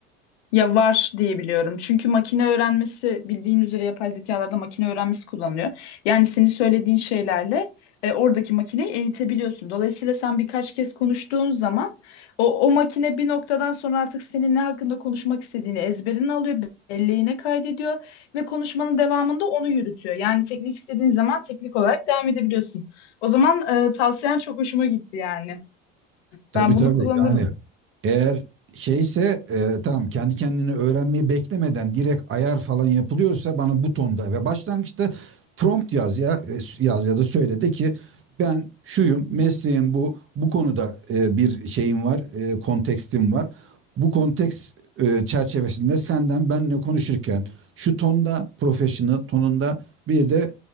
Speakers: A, on the left; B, on the right.
A: Ya var diye biliyorum. Çünkü makine öğrenmesi bildiğin üzere yapay zekalarda makine öğrenmesi kullanılıyor. Yani senin söylediğin şeylerle e, oradaki makineyi eğitebiliyorsun. Dolayısıyla sen birkaç kez konuştuğun zaman o, o makine bir noktadan sonra artık senin ne hakkında konuşmak istediğini ezberine alıyor, belleğine kaydediyor ve konuşmanın devamında onu yürütüyor. Yani teknik istediğin zaman teknik olarak devam edebiliyorsun. O zaman e, tavsiyen çok hoşuma gitti yani.
B: Tabii
A: Ben bunu
B: tabii
A: kullanırım.
B: yani Eğer şeyse e, tamam kendi kendini öğrenmeyi beklemeden direkt ayar falan yapılıyorsa bana bu tonda ve başlangıçta prompt yaz ya e, s- yaz ya da söyle de ki ben şuyum mesleğim bu bu konuda e, bir şeyim var e, kontekstim var. Bu konteks e, çerçevesinde senden benle konuşurken şu tonda professional tonunda bir de